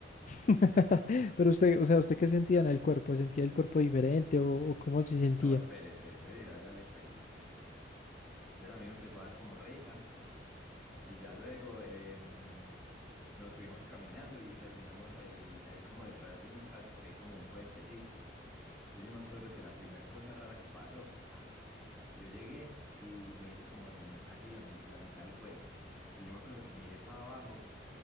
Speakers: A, on the left; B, in the centre.
A: <laughs> Pero usted, o sea, ¿usted qué sentía en el cuerpo? ¿Sentía el cuerpo diferente o, o cómo se sentía?
B: No, espere, espere, espere, ya, ya le cuento. Entonces a mí me empezó a dar como risa. Y ya luego em, nos fuimos caminando y terminamos ahí, ahí como detrás de mi casa, que hay como un puentecito. Entonces yo me acuerdo que la primera cosa rara que pasó, ja, yo llegué y me hice como en casi la, mi- la mitad del puente. Y yo me acuerdo que miré para abajo